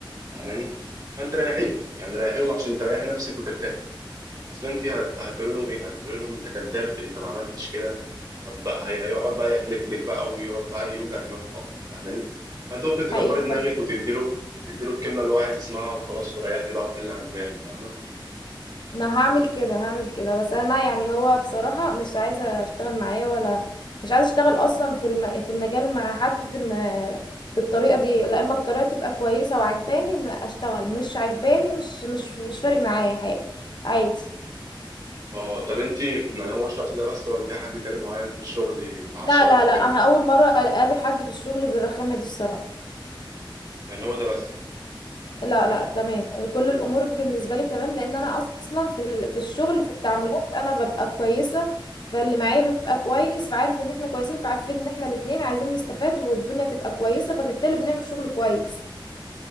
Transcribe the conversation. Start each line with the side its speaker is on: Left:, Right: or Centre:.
Right: فاهماني فانت ريحيهم يعني ريحيهم عشان تريح نفسك وترتاح اصل انت هت- هتقول لهم ايه هتقول لهم انت كذاب انت ما عملتش كده طب بقى هي- هيقعد بقى يحلف لك بقى ويقعد بقى يوجع دماغك اكتر فاهماني فانت ممكن تكبري
Left: حقيقي
Right: دماغك
Left: فعلا.
Right: وتديله تديله الكلمه اللي هو عايز يسمعها وخلاص وريحني بقى وحل عن دماغي فاهمه
Left: انا هعمل كده هعمل كده بس انا يعني هو بصراحة مش عايزة اشتغل معاه ولا مش عايزة اشتغل اصلا في الم... في المجال مع حد ما... بالطريقة دي لا اما الطريقة تبقى كويسة وعجباني ان اشتغل مش عجباني مش مش مش فارق معايا حاجة عادي
Right: اه طب انت يعني هو الشخص ده بس ولا في حد تاني معين في الشغل معصبك
Left: لا لا
Right: وكده
Left: لا انا اول مرة اقابل حد في الشغل بالرخامة دي الصراحة
Right: يعني هو ده بس
Left: لا
Right: <clears throat>
Left: لا تمام كل الامور بالنسبه لي تمام لان انا اصلا في ال- في الشغل في التعاملات انا ببقى كويسه فاللي معايا بيبقى كويس فعارف ان احنا كويسين فعارفين ان احنا الاتنين عايزين نستفاد والدنيا تبقى كويسه فبالتالي بنعمل شغل كويس